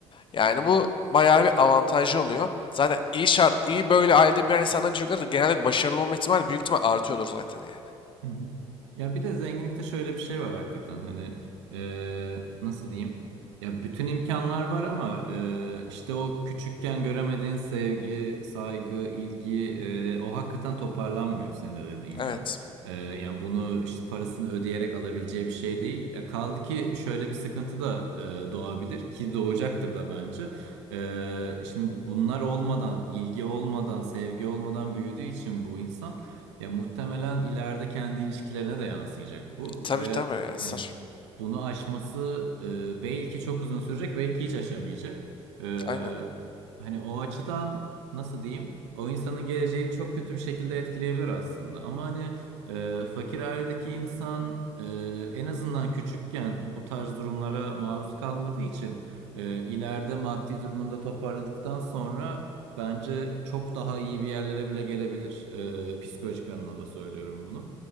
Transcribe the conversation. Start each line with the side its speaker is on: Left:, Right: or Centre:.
Left: yani bu bayağı bir avantajı oluyor. Zaten iyi şart, iyi böyle ailede bir insandan çocukları da genelde başarılı olma ihtimali büyük ihtimal artıyordur zaten yani.
Right: Hı hı. Ya bir de zenginlikte şöyle bir şey var hakikaten hani e, nasıl diyeyim ya bütün imkanlar var ama e, işte o küçükken göremediğin sevgi, saygı, ilgi e, o hakikaten toparlanmıyor senin de dediğin
Left: Evet.
Right: gibi. E, yani bunu işte parasını ödeyerek alabileceği bir şey değil. E, kaldı ki şöyle bir sıkıntı da e, doğabilir ki doğacaktır da bence. E, şimdi bunlar olmadan, ilgi olmadan, sevgi olmadan büyüdüğü için bu insan. Ya muhtemelen ileride kendi ilişkilerine de yansıyacak bu
Left: Tabii
Right: ve
Left: tabii ya sır.
Right: hani bunu aşması e, belki çok uzun sürecek, belki hiç aşamayacak. E,
Left: Aynen.
Right: hani o açıdan nasıl diyeyim? O insanın geleceğini çok kötü bir şekilde etkileyebilir aslında. Ama hani e, fakir ailedeki insan e, en azından küçükken bu tarz durumlara maruz kalmadığı için e, ileride maddi durumunda toparladıktan sonra Bence çok daha iyi bir yerlere bile gelebilir. Ee, psikolojik anlamda söylüyorum bunu.